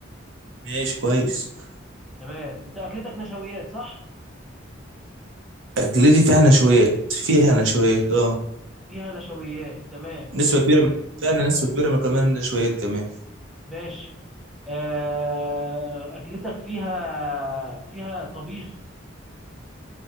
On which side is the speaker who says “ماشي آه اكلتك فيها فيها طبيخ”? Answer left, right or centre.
Centre